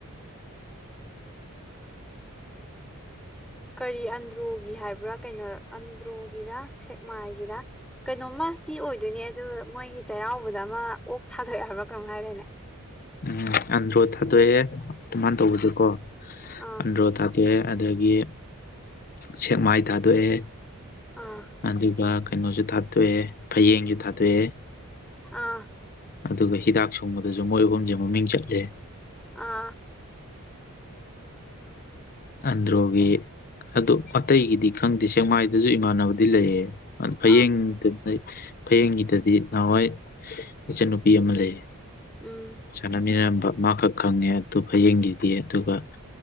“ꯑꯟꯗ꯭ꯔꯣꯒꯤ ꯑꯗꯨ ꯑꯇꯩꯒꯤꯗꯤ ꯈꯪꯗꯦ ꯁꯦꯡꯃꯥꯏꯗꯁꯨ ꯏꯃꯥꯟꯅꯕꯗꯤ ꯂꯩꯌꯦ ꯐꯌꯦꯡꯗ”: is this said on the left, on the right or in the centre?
Left